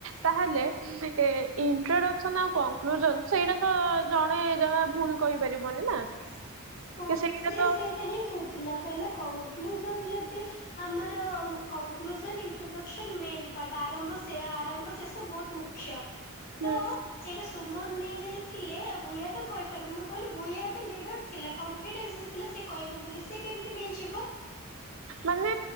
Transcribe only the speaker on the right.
ତାହେଲେ ଇଣ୍ଟ୍ରଡକ୍ସନ ଆଉ କନକୃଜନ ସେଇଟା ତ ଜଣେ ଜ ଭୁଲ କହିପାରିବନି ନା।
କି
ତ
ହୁଁ
ମାନେ